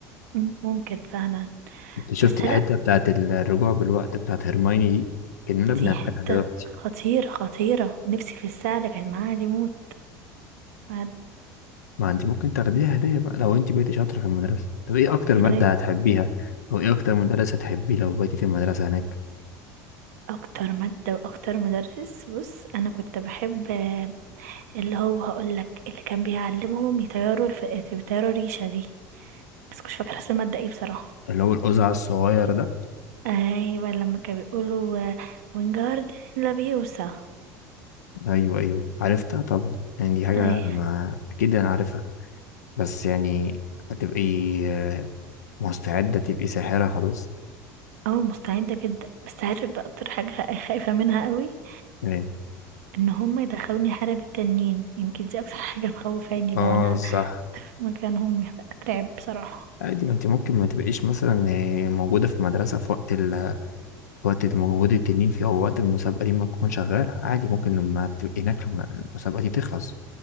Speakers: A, on the right; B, on the left.
A: مم. ممكن فعلا
B: انت شفت
A: بس
B: الحتة
A: لا
B: بتاعت الرجوع بالوقت بتاعت هرمايني دي كأننا بنعملها
A: دي حته
B: دلوقتي
A: خطيره خطيره نفسي في الساعه اللي كانت معاها دي موت بعد-
B: ما انت ممكن تاخديها هدية بقى لو انت بقيتي شاطرة في المدرسة طب ايه أكتر
A: يا
B: مادة
A: ريت
B: هتحبيها؟ أو ايه أكتر مدرس هتحبيه لو بقيتي في المدرسة هناك؟
A: اكتر ماده واكتر مدرس بص انا كنت بحب آه، اللي هو هقول لك اللي كان بيعلمهم يطيروا الف... يطيروا الريشه دي بس مش فاكره اسم الماده ايه بصراحه
B: اللي هو القزع الصغير ده
A: ايوه لما كانوا بيقولوا آه، وينجارد لافيوسا
B: ايوه ايوه عرفتها طبعا يعني دي حاجه
A: اي
B: ما اكيد انا عارفها بس يعني هتبقي آه، مستعده تبقي ساحره خلاص
A: اه مستعده جدا بس عارف بقى اكتر حاجه <laughs> خايفه منها قوي
B: ايه
A: ان هم يدخلوني حرب التنين يمكن دي اكتر حاجه <laughs> مخوفاني
B: اه
A: لو انا
B: صح
A: في مكانهم هبقى اترعب بصراحه
B: عادي ما انت ممكن ما تبقيش مثلا آه، موجوده في المدرسه في وقت ال... في وقت موجود التنين فيه او وقت المسابقه دي ما تكون شغاله عادي ممكن لما تبقي هناك لما المسابقه دي تخلص